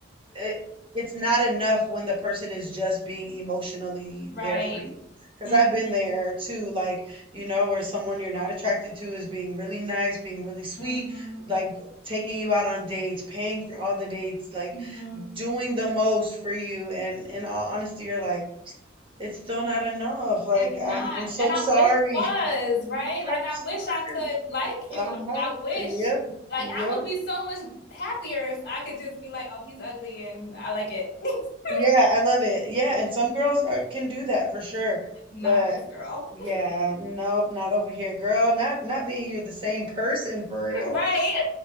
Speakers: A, on the right (about 30°); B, on the left (about 60°).
A: it, it's not enough when the person is just being emotionally
B: Right.
A: there for you. Because
B: hmm
A: I've been there too, like, you know, where someone you're not attracted to is being really nice, being really sweet,
B: hmm
A: like taking you out on dates, paying for all the dates, like
B: hmm
A: doing the most for you. And in all honesty, you're like, it's still not enough. Like,
B: It's not.
A: I'm, I'm so
B: And I
A: sorry.
B: wish it was,
A: <laughs>
B: right?
A: And
B: Like
A: I wish
B: I wish
A: it
B: I
A: wasn't.
B: could like you. Like
A: <laughs> Uh-huh.
B: I wish
A: Yep.
B: like
A: Yep.
B: I would be so much happier if I could just be like, oh, he's ugly and I like it. <laughs>
A: Yeah, I love it. Yeah, and some girls are, can do that for sure.
B: Not
A: But
B: this girl.
A: yeah,
B: <laughs>
A: nope, not over here, girl. Not not me and you're the same person for real.
B: Right.